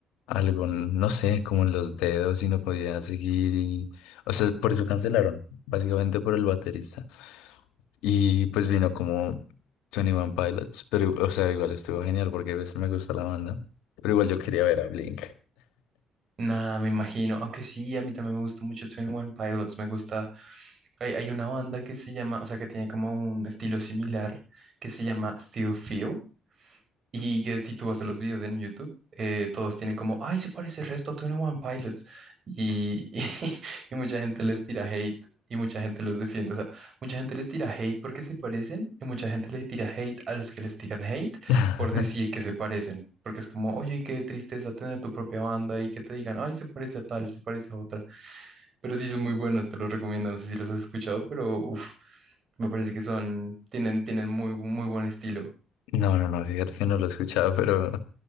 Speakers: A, on the left; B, on the right.
A: algo, no sé, como en los dedos y no podía seguir y, o sea, por eso cancelaron, básicamente por el baterista. Y pues vino como Twenty One Pilots, pero, o sea, igual estuvo genial porque pues, me gusta la banda, pero igual yo quería ver a Blink.
B: Nada, me imagino. Aunque sí, a mí también me gusta mucho 21 Pilots. Me gusta. Hay, hay una banda que se llama, o sea, que tiene como un estilo similar que se llama Steel Feel. Y que si tú vas a los videos en YouTube, eh, todos tienen como, ay, se parece el resto a Twenty One Pilots. Y, <laughs> y, y mucha gente les tira hate y mucha gente los defiende. O sea, mucha gente les tira hate porque se parecen y mucha gente le tira hate a los que les tiran hate
A: <laughs>
B: por decir que se parecen. Porque es como, oye, qué tristeza tener tu propia banda y que te digan, ay, se parece a tal, se parece a otra. Pero sí son muy buenos, te los recomiendo. No sé si los has escuchado, pero uff, me parece que son, tienen, tienen muy, muy buen estilo.
A: No, no, no, fíjate que no lo escuchaba, pero